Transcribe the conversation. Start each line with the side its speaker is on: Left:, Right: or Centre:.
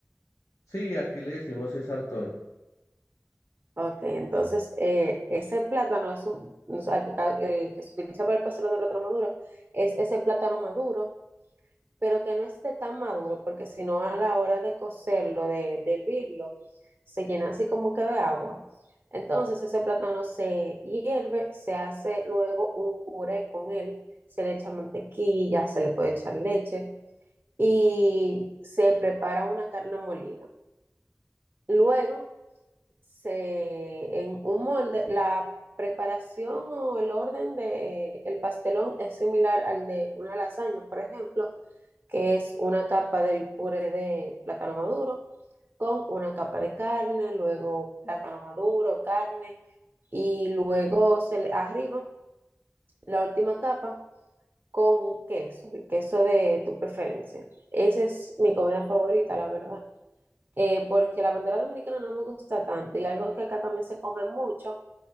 Left: Sí, aquí le decimos es hartón.
Right: Ok, entonces eh, ese plátano es un, o sea, el, que ca- el que se utiliza para el pastelón de plátano maduro, es ese plátano maduro pero que no esté tan maduro, porque si no a la hora de cocerlo, de, de hervirlo, se llena así como que de agua. Entonces ese plátano se hierve, se hace luego un puré con él, se le echa mantequilla, se le puede echar leche y se prepara una carne molida. Luego se en un molde la preparación o el orden de eh, el pastelón es similar al de una lasaña, por ejemplo, que es una capa del puré de plátano maduro con una capa de carne, luego plátano maduro, carne y luego se le arriba la última capa con un queso, el queso de tu preferencia. Esa es mi comida favorita, la verdad. Eh, porque la bandera dominicana no me gusta tanto y algo que acá también se come mucho